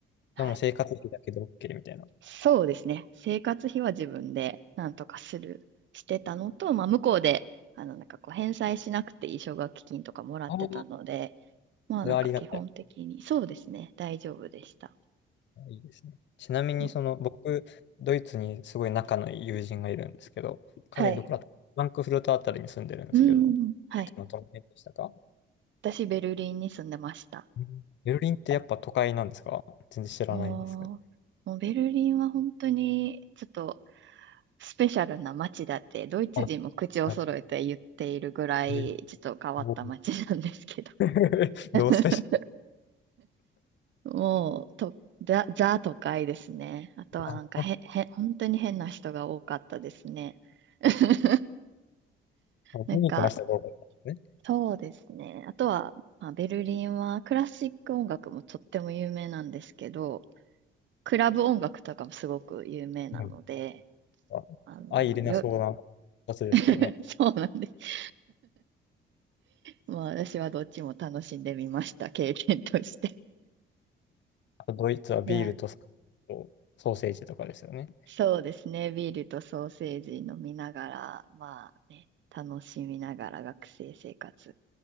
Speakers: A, on the right (about 70°); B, on the left (about 65°).
A: はい
B: でも生活費だけで OK みたいな。
A: そうですね。生活費は自分でなんとかする、してたのと、まあ、向こうで、あの、なんかこう、返済しなくていい奨学金とかもらってたので、
B: ああ、そ
A: まあ、
B: れはありがたい。
A: なんか基本的に、そうですね。大丈夫でした。
B: いいですね。ちなみに、
A: うん
B: その、僕、ドイツにすごい仲のいい友人がいるんですけど、彼、
A: はい。
B: どこだったフランクフルトあたりに住んでるんですけど、
A: うん、
B: ドイツのどの辺でしたか
A: はい。私、ベルリンに住んでました。
B: うんベルリンってやっぱ都会なんですか全然知らないんですけど。
A: もう、もうベルリンは本当に、ちょっと、スペシャルな街だって、ドイツ人も口を揃えて言っているぐらい、
B: あ、はい。<laughs> えー
A: ちょっと変わった街なんですけど。
B: おー <laughs>
A: <laughs>
B: どうスペシャル。
A: もう、と、ザ、ザ都会ですね。あとはなんかへん、
B: あ、そ
A: へん、本当に変な人が多かったですね。<laughs>
B: うユニークな人が多かったんです
A: なんか、そうですね。あとは、まあ、ベルリンはクラシック音楽もとっても有名なんですけど、クラブ音楽とかもすごく有名なので、
B: ね。あ相入れなそうなやつですけどね。
A: あの、よ、<laughs> そうなんです。まあ、私はどっちも楽しんでみました、経験として。
B: あとドイツはビールと
A: いや、
B: ソーセージとかですよね。
A: そうですね。ビールとソーセージ飲みながら、まあね、楽しみながら学生生活